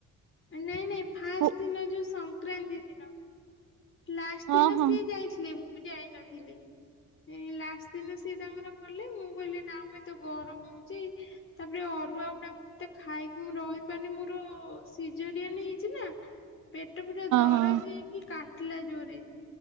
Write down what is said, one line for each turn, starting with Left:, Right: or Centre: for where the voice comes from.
Left: ନାଇଁ ନାଇଁ, ଫାଷ୍ଟ୍
Right: ହଁ
Left: ଦିନ ଯୋଉଁ ସଂକ୍ରାନ୍ତି ଦିନ। ଲାଷ୍ଟ
Right: ହଁ
Left: ଦିନ
Right: ହଁ
Left: ସିଏ ଯାଇଥିଲେ, ମୁଁ ଯାଇନଥିଲି। ଏ ଲାଷ୍ଟ ଦିନ ସିଏ ତାଙ୍କର ଗଲେ। ମୁଁ କହିଲି ନା ମତେ ଗରମ ହଉଛି। ତାପରେ ଅରୁଆ ଗୁଡା ମୁଁ ଏତେ ଖାଇକି ମୁଁ ରହିପାରୁନି ମୋର ସିଜୋରିଆନ ହେଇଛି ନା, ପେଟ ଫେଟ ଦରଜ
Right: ହଁ
Left: ହେଇକି କାଟିଲା ଜୋରେ।